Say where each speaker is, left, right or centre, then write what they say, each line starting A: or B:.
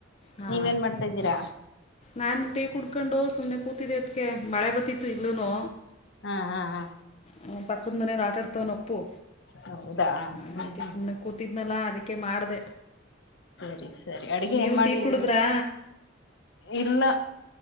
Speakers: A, on the left; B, on the left.
A: ಹಾ
B: ನೀವೇನ್ ಮಾಡ್ತಾ ಇದ್ದೀರಾ
A: ನಾನು ಟೀ ಕುಡ್ಕೊಂಡು ಸುಮ್ನೆ ಕು ತೆಗಿಯತ್ಗೆ ಮಳೆ ಬತಿತ್ತು ಈಗ್ಲೂನು
B: ಹಾ ಹಾ ಹಾ
A: ಹ್ಮ್ ಪಕ್ಕಂದ್ ಮನೆಗೇ ಆಟಾಡ್ತವ್ನೆ ಅಪ್ಪು
B: ಹೌದಾ
A: ನನಕ
B: ಹ್ಮ್ ಹ್ಮ್
A: ಸುಮ್ನೆ ಕೂತಿದ್ನಲ್ಲಾ ಅದಕ್ಕೆ ಮಧೆ
B: ಸರಿ ಸರಿ ಅಡಗೆ
A: ನೀವು
B: ಏನ್ ಮಾಡಿದ್ರಿ
A: ಟೀ ಕುಡಿದ್ರಾ
B: ಇಲ್ಲ